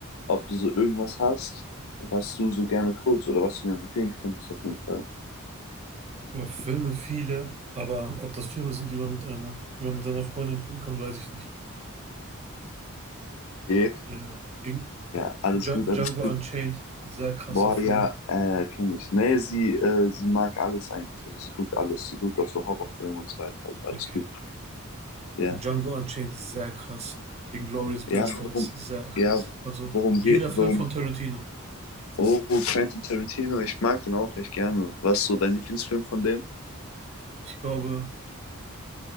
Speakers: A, on the left; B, on the right.
A: ob du so irgendwas hast, was du so gerne guckst oder was du mir empfehlen könntest, auf jeden Fall.
B: Boah, Filme viele, aber ob das Filme sind, die man mit einer, die man mit seiner Freundin gucken kann, weiß ich nicht.
A: Okay.
B: Äh, in,
A: Ja, alles
B: Dja-
A: gut,
B: Django
A: alles.
B: Unchained, sehr krasser
A: Boah,
B: Film.
A: ja, äh, kenne ich. Nee, sie, äh, sie mag alles eigentlich. Also sie guckt alles. Sie guckt auch so Horrorfilme und so weiter. Also alles
B: Okay.
A: gut. Ja.
B: Django Unchained, sehr krass. Inglourious Basterds,
A: Ja, worum,
B: sehr krass.
A: ja,
B: Also
A: worum
B: jeder
A: geht,
B: Film
A: worum,
B: von Tarantino.
A: oh, Quentin Tarantino, ich mag den auch echt gerne. Was ist so dein Lieblingsfilm von dem?
B: Ich glaube,